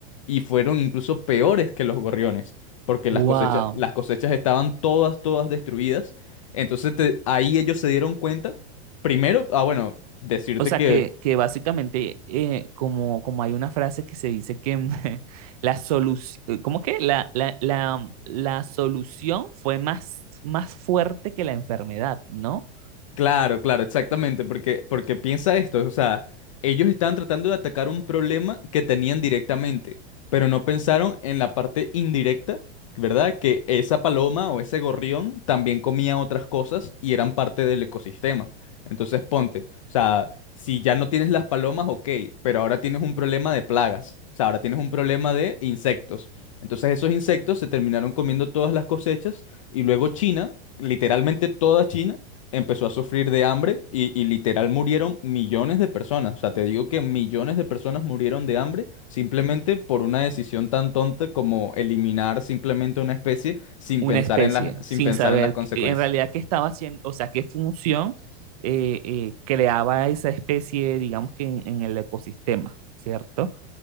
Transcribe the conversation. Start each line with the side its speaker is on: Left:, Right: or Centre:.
Left: Y fueron incluso peores que los gorriones, porque
Right: Wow.
Left: las cosechas, las cosechas estaban todas, todas destruidas. Entonces te- ahí ellos se dieron cuenta, primero, ah, bueno, decirte
Right: O sea,
Left: que
Right: que, que básicamente, eh, como, como hay una frase que se dice que <laughs> la solución, ¿cómo que? La, la, la, la solución fue más, más fuerte que la enfermedad, ¿no?
Left: Claro, claro, exactamente, porque, porque piensa esto, o sea, ellos estaban tratando de atacar un problema que tenían directamente, pero no pensaron en la parte indirecta, ¿verdad? Que esa paloma o ese gorrión también comía otras cosas y eran parte del ecosistema. Entonces, ponte, o sea, si ya no tienes las palomas, ok, pero ahora tienes un problema de plagas, o sea, ahora tienes un problema de insectos. Entonces, esos insectos se terminaron comiendo todas las cosechas y luego China, literalmente toda China, empezó a sufrir de hambre y, y literal murieron millones de personas. O sea, te digo que millones de personas murieron de hambre simplemente por una decisión tan tonta como eliminar simplemente una especie sin
Right: una
Left: pensar
Right: especie
Left: en las, sin
Right: sin
Left: pensar
Right: saber
Left: en las consecuencias.
Right: qué- en realidad qué estaba haciendo, o sea, qué función eh, eh, creaba esa especie, digamos que en, en el ecosistema, ¿cierto? O